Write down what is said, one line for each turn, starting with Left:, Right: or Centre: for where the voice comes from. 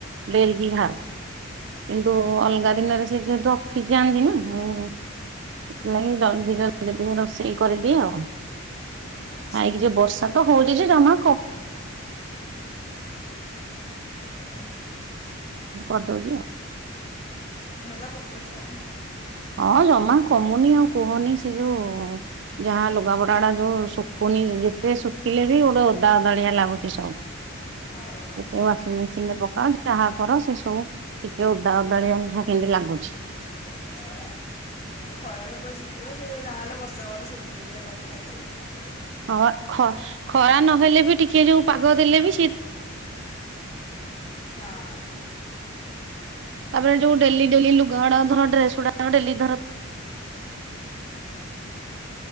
Right: ଡେରିକି ଘାଉ କିନ୍ତୁ ଅଲଗା ଦିନରେ ସେ ଯେହେତୁ ରଫି ଯାଆନ୍ତି ନା ଆଉ <unintelligible>
Left: <inaudible>
Right: ଖାଇକି ଯେ ବର୍ଷା ତ ହୋଉଛି ଯେ ଜମା
Left: ହୁଁ।
Right: କରିଦଉଛି ଆଉ।
Left: ବ କଛି ଆଉ।
Right: ହଁ ଜମା କମୁନି ଆଉ କୁହନି ସେ ଯୋଉ ଯାହା ଲୁଗା ପଟା ଡ଼ା ଯୋଉ ଶୁଖୁନି। ଯେତେ ଶୁଖିଲେ ବି ଗୋଟେ ଓଦା ଅଦଳିଆ ଲାଗୁଛି ସବୁ
Left: ହୁଁ।
Right: ଯେତେ ୱାସିଂ ମେସିନ୍ ରେ ପକା ଯାହା କର ସେ ସବୁ ଟିକେ ଓ
Left: <inaudible> ଘରରେ ପୁରା ଶିଖିବ ସେ ଯା ହେଲେ ବର୍ଷା ପରା ସୁଖିତେ ଲାଖିବ କଣ କରିବା।
Right: ହଁ ବା ଖ -ଖରା ନହେଲେ ବି ଟିକେ ଯୋଉ ପାଗ ଉଁ ଧାଉ
Left: ହଁ
Right: ତାପରେ ଯୋଉ ଡେଲି ଡେଲି ଲୁଗା ଡ଼ା ଧର ଡ୍ରେସ୍ ଗୁଡା କ ଡେଲି ଧର